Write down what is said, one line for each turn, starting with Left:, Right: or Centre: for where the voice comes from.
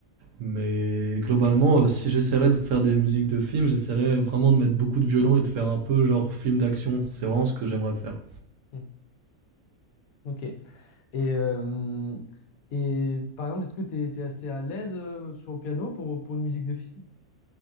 Right: mais globalement, heu, si j'essaierais de faire des musiques de films, j'essaierais vraiment de mettre beaucoup de violon et de faire un peu genre film d'action. C'est vraiment ce que j'aimerais faire.
Left: Mhm. Ok. Et, euh, et par exemple, est-ce que tu es, assez à l'aise euh, sur le piano pour, pour une musique de film?